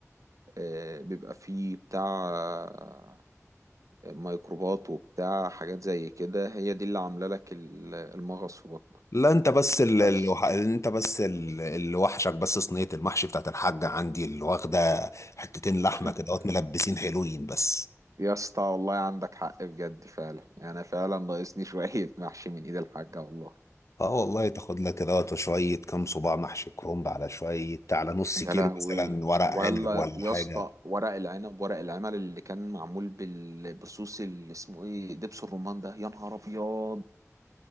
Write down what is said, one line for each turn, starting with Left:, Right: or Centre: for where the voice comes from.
Right: آه، بيبقى فيه بتاع ميكروبات وبتاع حاجات زي كده هي دي اللي عاملة لك ال- المغص في بطنك
Left: لا انت بس ال...
Right: بس
Left: ال... انت بس ال... اللي وحشك بس صينية المحشي بتاعت الحاجة عندي اللي واخدة حتتين لحمة
Right: <laughs>
Left: كده وات ملبسين حلوين بس
Right: يا اسطى والله عندك حق بجد فعلا انا فعلا ناقصني <laughs> شوية محشي من ايد الحاجة والله
Left: اه والله تاخد لك كده وات شوية كام صباع محشي كرنب على شوية على نص كيلو
Right: يا لهوي
Left: مثلا ورق
Right: ولا
Left: عنب ولا
Right: يا
Left: حاجة
Right: اسطى ورق العنب ورق العمل اللي كان معمول بال- بالصوص اللي اسمه ايه دبس الرمان ده يا نهار ابيض